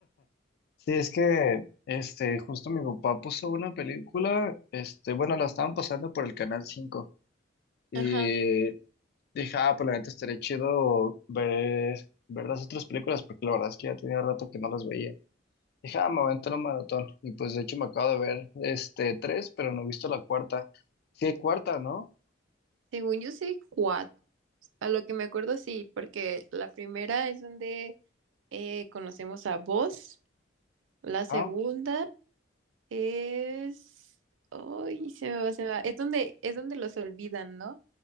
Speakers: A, on the left; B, on the right.
A: Sí, es que, este, justo mi papá puso una película, este, bueno, la estaban pasando por el Canal cinco y
B: Ajá.
A: dije, ah, pues la neta estaría chido ver, ver las otras películas porque la verdad es que ya tenía rato que no las veía. Dije, ah, me voy a entrar a un maratón. Y pues de hecho me acabo de ver este tres, pero no he visto la cuarta. Sí hay cuarta, ¿no?
B: Según yo sí, cuatro. A lo que me acuerdo sí, porque la primera es donde eh, conocemos a vos. La segunda
A: Ah,
B: es... Ay, se me va, se me va. Es donde, es donde los olvidan, ¿no?